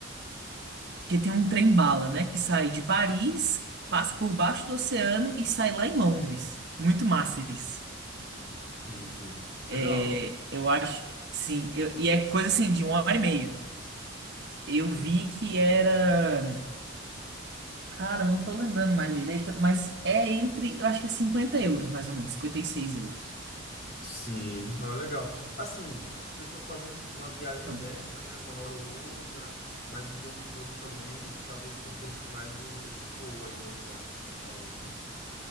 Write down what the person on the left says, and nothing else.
Sim, sim.
Legal.
Hum.
Sim, não é legal. Assim, a pessoa faz um- uma viagem
dessa, né, uma hora ou outra, mas o tempo todo também, talvez compense mais o, esse voo aí low cost que você falou, né?